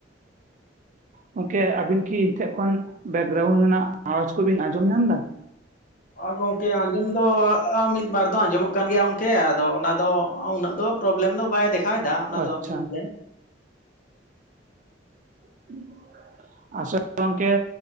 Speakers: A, on the right; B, on the left.
A: ᱜᱚᱝᱠᱮ ᱟᱹᱵᱤᱱ ᱠᱤ ᱤᱧ ᱴᱷᱮᱱ ᱠᱷᱚᱱ ᱵᱮᱠᱜᱨᱟᱣᱩᱱᱰ ᱨᱮᱱᱟᱜ ᱟᱣᱟᱡ ᱠᱚᱵᱤᱱ ᱟᱸᱡᱚᱢ ᱧᱟᱢ ᱮᱫᱟ?
B: ᱜᱚᱢᱠᱮ ᱟᱸᱡᱚᱢ ᱫᱚ ᱢᱤᱫ ᱵᱟᱨ ᱫᱚ ᱟᱸᱡᱚᱢᱚᱜ ᱠᱟᱱ ᱜᱮᱭᱟ ᱜᱚᱝᱠᱮ, ᱟᱫᱚ ᱚᱱᱟ ᱫᱚ ᱩᱱᱟᱹᱜ ᱫᱚ ᱯᱨᱚᱵᱞᱮᱢ ᱫᱚ ᱵᱟᱭ ᱫᱮᱠᱷᱟᱣ ᱮᱫᱟ ᱚᱱᱟ
A: ᱟᱪᱪᱷᱟ
B: ᱫᱚ ᱴᱷᱤᱠᱜᱮᱭᱟ ᱾
A: <inaudible> ᱟᱥᱚᱞ ᱜᱚᱝᱠᱮ